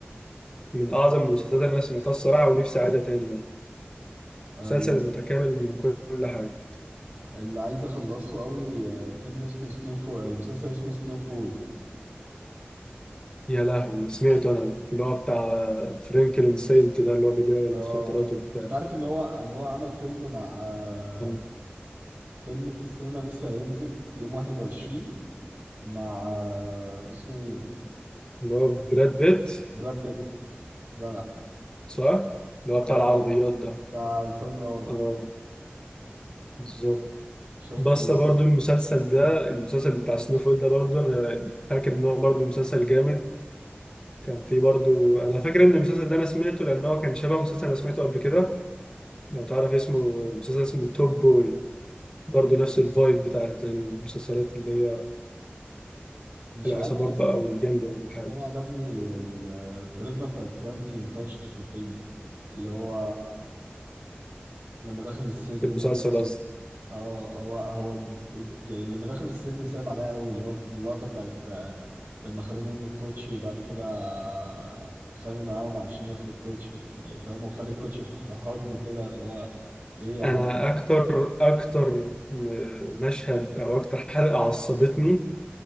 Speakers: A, on the left (about 20°); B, on the right (about 65°).
A: من اعظم المسلسلات اللي انا سمعتها الصراحه ونفسي اعيدها تاني يعني
B: أنا
A: مسلسل متكامل من كل حاجه
B: اللي عايز اخلصه قوي آه، فيلم اسمه سنو فول مسلسل اسمه سنو فول
A: يا لهوي سمعت انا ده اللي هو بتاع فرانكلين سينت ده اللي هو بيبيع المخدرات
B: اه
A: وبتاع
B: انت عارف ان هو ان هو عمل فيلم مع آه،
A: اللي
B: فيلم في السينما لسه هينزل يوم 21 مع آه، اسمه ايه
A: هو براد بيت
B: براد بيت جدع
A: صح؟ اللي هو
B: اه
A: بتاع العربيات ده
B: بتاع الفورمولا 1
A: اه بالظبط
B: شفت
A: بس
B: ال...
A: برضو المسلسل ده المسلسل بتاع سنوفل ده برضو انا فاكر ان هو برضو مسلسل جامد كان فيه برضو انا فاكر ان المسلسل ده انا سمعته لان هو كان شبه مسلسل انا سمعته قبل كده لو تعرف اسمه مسلسل اسمه توب بوي برضو نفس الفايب بتاعت المسلسلات اللي هي
B: مش
A: العصابات
B: عارف بس
A: بقى والجنج والحاجة
B: بس انا عجبني ال- الكاريزما بتاعت فرانكلين فشخ في الفيلم اللي هو لما دخل السجن
A: في المسلسل
B: مثلا
A: قصدي
B: اه هو هو ج- يعني لما دخل السجن صعب عليا قوي اللي هو في اللقطه بتاعت آه، لما خدوا منه الكوتشي وبعد كده آه، اتخانق معاهم عشان ياخد الكوتشي يعني فاهم وخد الكوتشي في حضنه كده اللي هو ايه يا عم
A: أنا أكتر أكتر م- مشهد أو أكتر حلقة عصبتني